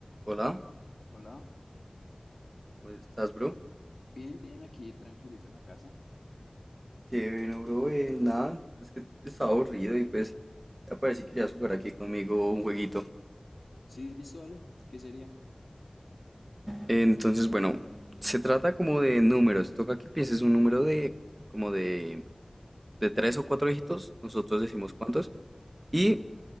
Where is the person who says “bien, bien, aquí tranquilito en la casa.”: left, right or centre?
Left